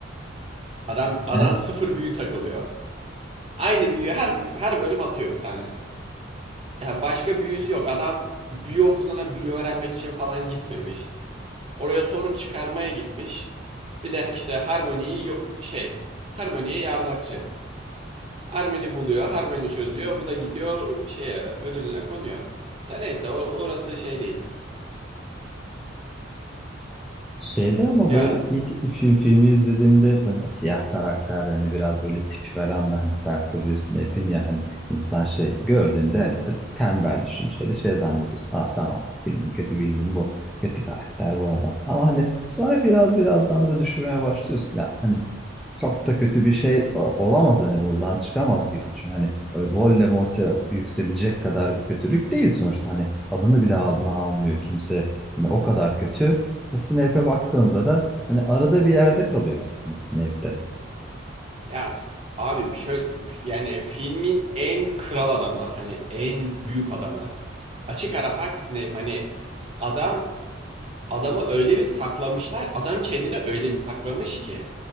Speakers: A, on the right; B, in the centre.
A: Adam adam
B: Evet.
A: sıfır büyü takılıyor. Aynı büyüyü her her bölüm atıyor bir tane. Ya başka büyüsü yok. Adam büyü okuluna büyü öğrenmek için falan gitmemiş. Oraya sorun çıkarmaya gitmiş. Bir de işte Harmony'yi şey, Harmony'ye yardakçı. Harmony buluyor, Harmony çözüyor. Bu da gidiyor şeye ödülüne konuyor. Da neyse orası şey değil.
B: Şeyde ama
A: Ya
B: böyle ilk film
A: Hı.
B: filmi izlediğimde ben siyah karakter yani biraz böyle tipi falan da hani sert duruyor Snape'in ya hani insan şey gördüğünde hani klas- tembel düşünceli şey zannediyorsun. Aa tamam filmin kötü bildiğim bu. Kötü karakter bu adam. Ama hani sonra biraz birazdan da düşünmeye başlıyorsun. Ya hani çok da kötü bir şey o- olamaz hani buradan çıkamaz gibi. Çünkü hani böyle Voldemort'a yükselecek kadar bir kötülük değil sonuçta. Hani adını bile ağzına almıyor kimse. Hani o kadar kötü. Snape'e baktığında da hani arada bir yerde kalıyor aslında Snape'de.
A: Ya s- abi şöyle yani filmin en kral adamı hani en büyük adamı açık ara fark Snape hani adam adamı öyle bir saklamışlar adam kendini öyle bir saklamış ki